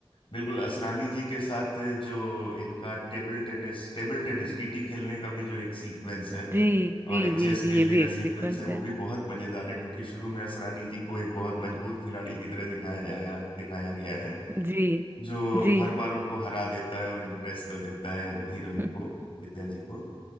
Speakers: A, on the left (about 65°); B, on the right (about 25°).
A: बिल्कुल असरानी जी के साथ जो इनका टेबल टेनिस टेबल टेनिस टीटी खेलने का भी जो एक सीक्वेंस है
B: जी जी
A: और एक चेस
B: जी जी
A: खेलने
B: ये भी
A: का
B: एक
A: सीक्वेंस
B: सीक्वेंस
A: है
B: है
A: वो भी बहुत मजेदार है क्योंकि शुरू में असरानी जी को एक बहुत मजबूत खिलाड़ी की तरह दिखाया जाया दिखाया गया है
B: जी
A: जो
B: जी
A: हर बार उनको हरा देता है और इम्प्रेस कर देता है हीरोइन
B: <laughs>
A: को विद्या जी को